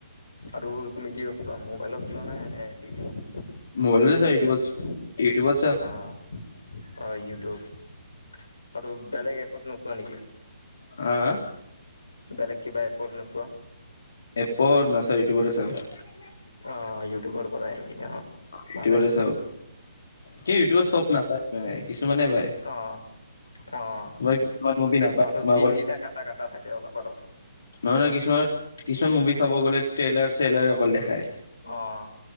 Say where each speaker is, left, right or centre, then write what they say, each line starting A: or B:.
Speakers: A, on the left; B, on the left.
A: আৰু তুমি কিহত চোৱা মোবাইলত চোৱা নাই নে, নে টিভিত? <unintelligible>
B: মোবাইলতে
A: চব মুভি
B: চাই ইউটিউবত
A: কেইটা?
B: ইউটিউবত চাও
A: অ! <unintelligible> অ! ইউটিউব। আৰু বেলেগ এপত নোচোৱা নেকি? <inaudible>
B: হা-হা? <unintelligible>
A: বেলেগ কিবা এপত নোচোৱা? <unintelligible>
B: এপত নাচাওঁ ইউটিউবতে চাওঁ। <inaudible>
A: <unintelligible> অ! ইউটিউবৰ পৰাই। অ',
B: ইউটিউবতে
A: ভালে
B: চাওঁ। কি ইউটিউবত চব নাপায় মানে কিছুমানে পায়। <unintelligible>
A: অঁ-অঁ!
B: তোমাৰ কিছুমান মুভি নাপায়
A: আৰু
B: তোমাৰ
A: চিনকেইটা
B: অকল
A: কাটা-কাটা থাকে অলপ-অলপ। <inaudible>
B: নহয়-নহয়, কিছুমান-কিছুমান মুভি চাব গ'লে ট্ৰেইলাৰ-চেইলাৰ অকল দেখায়। <inaudible>
A: অঁ!